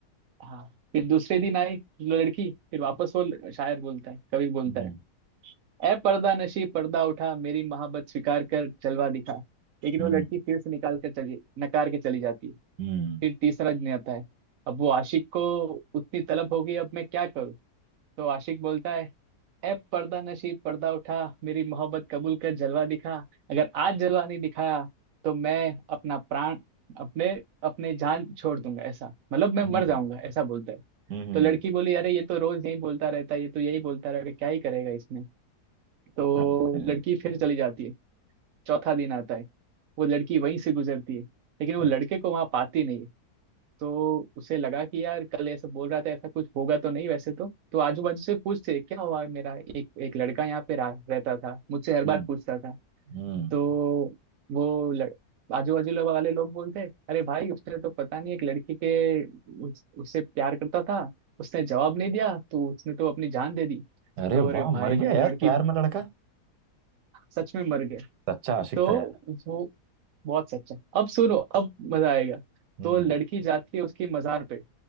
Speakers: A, on the right (about 70°); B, on the right (about 80°).
A: हाँ फिर दूसरे दिन आई लड़की फिर वापस वो ल- शायर बोलता है कवि बोलता
B: हम्म
A: है ए पर्दा नशी पर्दा उठा मेरी मोहब्बत स्वीकार कर जलवा दिखा लेकिन
B: हम्म
A: वो लड़की फिर से निकाल कर चली नकार के चली जाती है
B: हम्म
A: फिर तीसरा दिन आता है अब वो आशिक को उतनी तलब हो गई अब मैं क्या करूँ तो आशिक बोलता है ए पर्दा नशीब पर्दा उठा मेरी मोहब्बत कबूल कर जलवा दिखा अगर आज जलवा नहीं दिखाया तो मैं अपना प्राण अपने अपने जान छोड़ दूंगा ऐसा मतलब मैं मर
B: हम्म
A: जाऊंगा ऐसा बोलता है
B: हम्म,
A: तो लड़की बोली अरे ये तो रोज यही बोलता रहता है ये तो यही बोलता रहेगा क्या ही करेगा इसने तो
B: अब दिख रहा
A: लड़की
B: है।
A: फिर चली जाती है चौथा दिन आता है वो लड़की वहीं से गुजरती है लेकिन वो लड़के
B: अच्छा
A: को वहां पाती नहीं है तो उसे लगा कि यार कल ऐसा बोल रहा था ऐसा कुछ होगा तो नहीं वैसे तो तो आजू बाजू से पूछते क्या हुआ मेरा एक एक लड़का यहाँ पे रहा, रहता था मुझसे हर
B: हम्म
A: बार पूछता था
B: हम्म
A: तो वो लड़... आजू बाजू लोग वाले लोग बोलते अरे भाई उसने तो पता नहीं एक लड़की के उस, उससे प्यार करता था उसने जवाब नहीं दिया तो उसने तो अपनी जान दे दी
B: अरे
A: तो अरे
B: वाह
A: भाई
B: मर गया
A: वो
B: यार
A: लड़की
B: प्यार में लड़का
A: सच में मर गई
B: सच्चा आशिक
A: तो
B: था यार
A: वो बहुत सच्चा अब सुनो अब मजा आएगा
B: हम्म
A: तो लड़की जाती है उसकी मजार पे